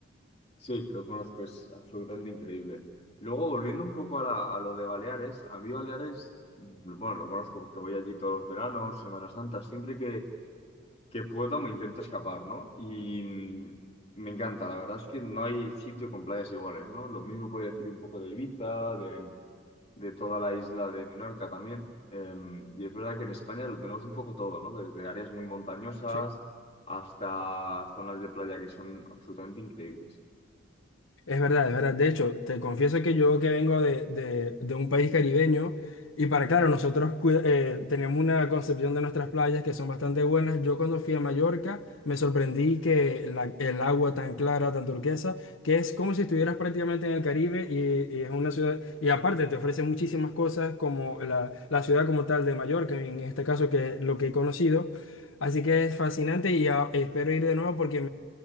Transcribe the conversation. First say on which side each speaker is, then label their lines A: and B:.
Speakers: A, on the left; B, on the left.
A: sí, lo conozco, es absolutamente increíble. Y Luego, volviendo un poco a, la- a lo de Baleares, a mí Baleares, mm, bueno, lo conozco porque voy allí todos los veranos, Semana Santa, siempre que, que puedo me intento escapar, ¿no? Y mm, me encanta, la verdad es que no hay sitio con playas iguales, ¿no? Lo mismo puede decir un poco de Ibiza, de, de toda la isla de Menorca también. Eh, y es verdad que en España lo tenemos un poco todo, ¿no? Desde áreas muy montañosas
B: Sí.
A: hasta zonas de playa que son absolutamente increíbles.
B: Es verdad, es verdad. De hecho, te confieso que yo que vengo de, de- de un país caribeño y para claro, nosotros cui- eh, tenemos una concepción de nuestras playas que son bastante buenas. Yo cuando fui a Mallorca me sorprendí que la- el agua tan clara, tan turquesa, que es como si estuvieras prácticamente en el Caribe y, y es una ciudad, y aparte te ofrece muchísimas cosas como la, la ciudad como tal de Mallorca, en este caso que es lo que he conocido. Así que es fascinante y ah, espero ir de nuevo porque